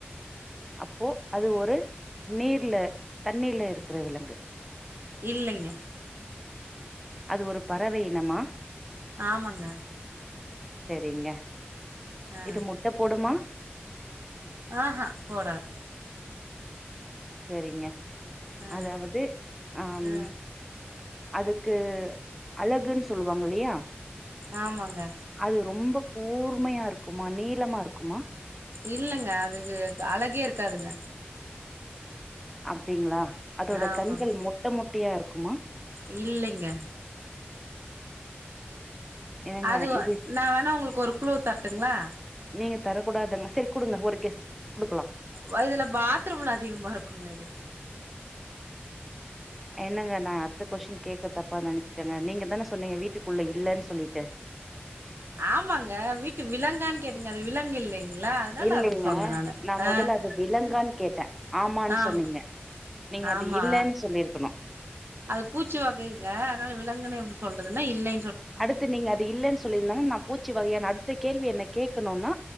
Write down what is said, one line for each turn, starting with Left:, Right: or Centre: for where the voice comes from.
Centre: அப்போ அது ஒரு நீர்ல தண்ணில இருக்கிற விலங்கு
Right: இல்லைங்க
Centre: அது ஒரு பறவைையினமா
Right: ஆமாங்க
Centre: செரிங்க
Right: ஆ
Centre: இது முட்ட போடுமா
Right: ஆஹ்ஹ் போடாது
Centre: செரிங்க
Right: ஆ
Centre: அதாவது ஆஹம்
Right: ஆ
Centre: அதுக்கு அழகுன்னு சொல்லுவாங்க இல்லையா
Right: ஆமாங்க
Centre: அது ரொம்ப கூர்மையா இருக்குமா நீளமா இருக்குமா
Right: இல்லங்க அதுக்கு அழகே இருக்காதுங்க
Centre: அப்படிங்களா அதோட
Right: ஆமாங்க
Centre: கண்கள் மொட்ட மொட் குட்டியா இருக்குமா
Right: இல்லைங்க
Centre: என்னங்க
Right: அது
Centre: இது
Right: நான் வேணா உங்களுக்கு ஒரு குழு தரட்டுங்களா
Centre: நீங்க தரக்கூடாதுங்க செரி குடுங்க ஒரு கேஸ் குடுக்கலாம்
Right: வயதுல பாத்ரூம்ல அதிகமா இருக்குங்க இது
Centre: என்னங்க நான் அடுத்த கொஸ்டின் கேக்க தப்பா நினைச்சுட்டேங்க நீங்க தான சொன்னீங்க வீட்டுக்குள்ள இல்லன்னு சொல்லிட்டு
Right: ஆமாங்க வீட்டு விலங்கான்னு கேட்டீங்க அது விலங்கு இல்லைங் லங்களா அதுனால
Centre: இல்லைங்க
Right: அப்படி சொன்னேன் நானு
Centre: நா
Right: ஆ
Centre: மொதல்ல அது விலங்கான்னு கேட்டே ஆமான்னு
Right: ஆமா
Centre: சொன்னீங்க நீங்க
Right: ஆமா
Centre: அது இல்லன்னு சொல்லிருக்கணு
Right: அது பூச்சிவகைங்க அதுனால விலங்குனு எப்படி சொல் சொல்றதுன்னா இல்லை
Centre: அடுத்து நீங்க அது இல்லன்னு சொல்லியிருந்தாங்க நான் பூச்சிவகையான்னு அடுத்த கேள்வி என்ன கேட் இருக்கணும்னா